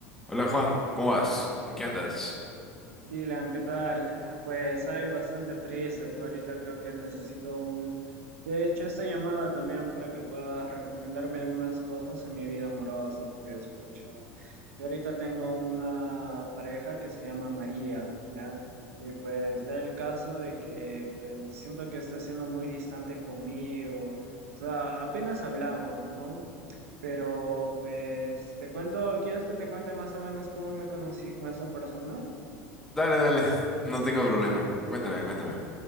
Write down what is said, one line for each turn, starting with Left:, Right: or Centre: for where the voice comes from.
Centre: Hola Juan, ¿cómo vas? ¿En qué andas?
Right: Dylan, ¿qué tal? Pues hay bastante triste, pues ahorita creo que necesito un... De hecho, esta llamada también para que puedas recomendarme algunas cosas en mi vida amorosa, pues pucha. Yo ahorita tengo una pareja que se llama María, ¿ya? Y pues da el caso de que pues siento que está siendo muy distante conmigo. O sea, apenas hablamos, ¿no? Pero pues te cuento, ¿quieres que te cuente más o menos cómo me conocí con esa persona?
Centre: Dale, dale, <laughs> no tengo problema. Cuéntame, cuéntame.